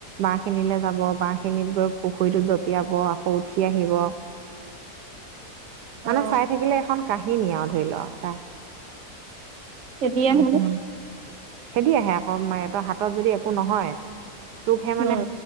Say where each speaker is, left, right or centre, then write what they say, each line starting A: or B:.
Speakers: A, on the right; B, on the right.
A: বাঁহ খিনিলে যাব বাঁহ খিনিত গৈ পুখুৰীটোত জঁপিয়াব আকৌ উঠি আহিব।
B: অ',
A: মানে চাই থাকিলে এখন কাহিনী আউ ধৰি লোৱা এটা
B: খেদি
A: <unintelligible>
B: আহোঁতে
A: খেদি আহে আকৌ <unintelligible> হাতত যদি একো নহয়, তোক সেই
B: উম,
A: মানে